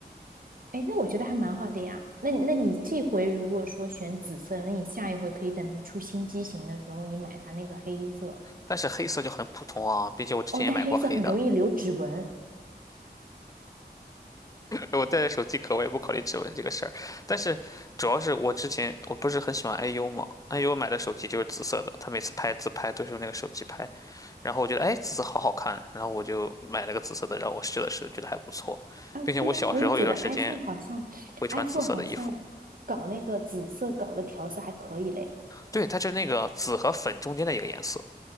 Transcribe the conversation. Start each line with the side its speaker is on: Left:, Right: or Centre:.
Right: 哎，那我觉得还蛮好的呀。那你那你这回如果说选紫色，那你下一回可以等它出新机型的时候，你买它那个黑色。
Left: 但是黑色就很普通啊，并且我之前也买过黑的。
Right: 哦，但黑色很容易留指纹。
Left: 我带着手机壳，我也不考虑指纹这个事儿。但是主要是我之前我不是很喜欢 IU 嘛，IU 买的手机就是紫色的，他每次拍自拍都是用那个手机拍。然后我觉得哎，紫色好好看，然后我就买了个紫色的，然后我试了试，觉得还不错，
Right: 哎，
Left: 并且我小时候有段时间
Right: 对呀，我也觉得 iPhone 好像，iPhone
Left: 会穿紫色的衣服。
Right: 好像搞那个紫色搞的调色还可以嘞，
Left: 对，它就是那个紫和粉中间的一个颜色。